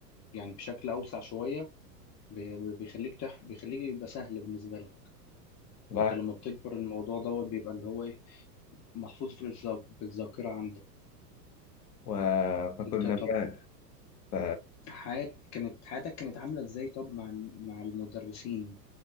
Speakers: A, on the left (about 35°); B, on the left (about 80°).
A: يعني بشكل أوسع شوية ب- بيخليك تح... بيخليك يبقى سهل بالنسبة لك أنت
B: صح
A: لما بتكبر الموضوع دوت بيبقى اللي هو إيه محفوظ في الذا- في الذاكرة عندك
B: و... فكنا
A: أنت طب
B: بقى ف...
A: حياتك كانت حياتك كانت عاملة إزاي طب مع مع المدرسين